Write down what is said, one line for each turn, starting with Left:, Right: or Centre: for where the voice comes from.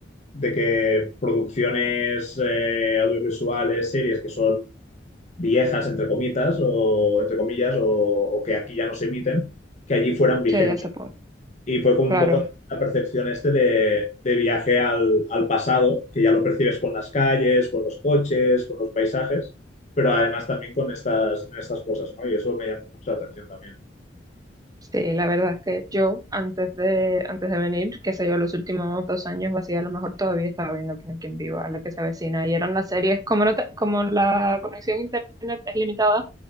Left: de que producciones eh, audiovisuales, series que son viejas, entre comitas, o entre comillas, o, o que aquí ya no se emiten, que allí fueran vigentes.
Right: que ella se ponga.
Left: Y fue como
Right: Claro.
Left: un poco la percepción este de, de viaje al, al pasado, que ya lo percibes con las calles, con los coches, con los paisajes, pero además también con estas, en estas cosas, ¿no? Y eso me llamó mucho la atención también.
Right: Sí, la verdad es que yo antes de, antes de venir, qué sé yo, los últimos dos años o así, a lo mejor todavía estaba viendo Quién es quien viva, la que se avecina, y eran las series, como, no te- como la conexión a internet es limitada,